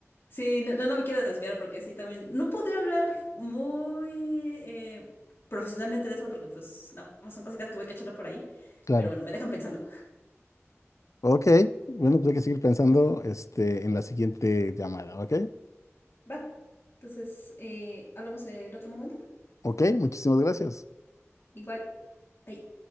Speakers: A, on the left; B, on the left.
A: Sí, no, no, no me quiero desviar porque sí, también no podría hablar muy eh, profesionalmente de eso porque pues nada más son cositas que voy cachando por ahí,
B: Claro.
A: pero bueno, me dejan pensando.
B: Ok. Bueno, pues hay que seguir pensando, este, en la siguiente llamada, ¿ok?
A: Va, entonces eh, hablamos en otro momento.
B: Ok, muchísimas gracias.
A: Igual. bye.